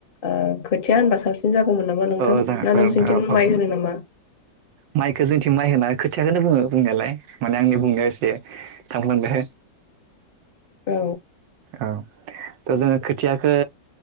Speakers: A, on the left; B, on the right.
A: ओ खोथिया होनबा साबसिन जागौमोन नामा नोंथां
B: औ जागोन
A: ना
B: औ
A: नोंसिरनिथिं
B: नोंथां औ औ
A: माइ होनो नामा?
B: माइखौ जोंथिं माइ होना खोथियाखौनो बुङो बुंनायालाय माने आंनि बुंनायाव एसे थांफ्लांदो।
A: औ।
B: औ थ' जोङो खोथियाखो